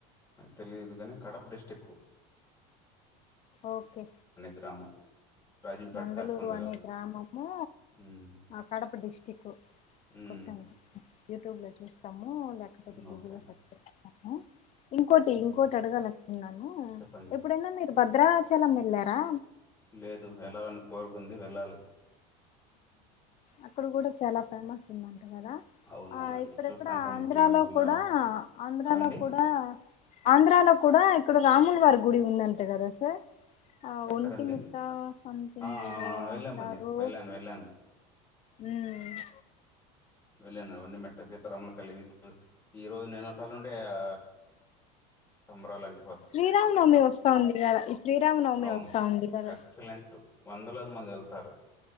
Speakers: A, on the left; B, on the left.
A: తెలియదు కానీ కడప డిస్టిక్
B: ఓకే
A: గ్రామం. రాజంపేట
B: నందలూరు
A: దాటుకొని వెళ్ళాలి.
B: అనే గ్రామము
A: హ్మ్.
B: కడప డిస్టిక్
A: హ్మ్.
B: కొతాం యూట్యూబ్ లో చూస్తాము మూ లేకపోతే
A: హ్మ్.
B: గూగుల్లో
A: ఓకే అండి.
B: సెర్చ్ చెస్ ఇంకోటి
A: హ్మ్.
B: ఇంకోటి అడగాలనుకున్నాను
A: చెప్పండి.
B: ఎప్పుడైనా మీరు భద్రావచలం వెళ్ళారా
A: లేదు వెళ్లాలని కోరుకుంది వెళ్ళాలి
B: అక్కడ కూడా చాలా ఫేమస్ ఉందంట కదా
A: అవునవునండి.
B: ఆ ఇక్కడక్కడ
A: చూస్తుంటాం
B: ఆంధ్రాలో
A: టీవీల్లో.
B: కూడా ఆంధ్రాలో
A: ఏవండీ?
B: కూడా ఆంధ్రాలో కూడా ఇక్కడ రాములు వారి గుడి ఉందంట కదా సార్ ఆ
A: ఎక్కడండి?
B: ఒంటిి మిట్టా సథింగ్
A: ఆ!
B: ఏదో
A: అవునవును. వెళ్ళామండి.
B: అంటారు
A: వెళ్ళాను. వెళ్ళాను.
B: ఉమ్
A: వెళ్ళాను వంటి మట్ట సీతారామ్ముల కలిగి ఇప్పుడు ఈరోజు నిన్నట్టాలుండే ఆ సంబరాలండి
B: శ్రీరామనవమి వస్తా ఉంది కదా శ్రీరామనవమి
A: అవును.
B: వస్తా ఉంది కదా
A: ఎక్సలెంట్ వందలాది మంది వెళ్తారు